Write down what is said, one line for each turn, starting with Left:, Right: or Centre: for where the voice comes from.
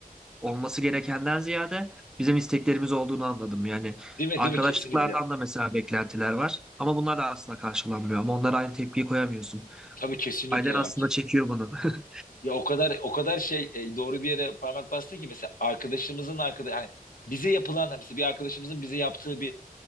Centre: olması gerekenden ziyade bizim isteklerimiz olduğunu anladım. Yani
Left: Değil mi?
Centre: arkadaşlıklardan
Left: Değil mi? Kesinlikle.
Centre: da mesela beklentiler var ama bunlar da asla karşılanmıyor. Ama onlara aynı tepkiyi koyamıyorsun.
Left: Tabii kesinlikle
Centre: Ailen
Left: ya
Centre: aslında
Left: kesin.
Centre: çekiyor bunu. <laughs>
Left: Ya o kadar o kadar şey e, doğru bir yere parmak bastı ki mesela arkadaşımızın arkadaş hani bize yapılan hani mesela bir arkadaşımızın bize yaptığı bir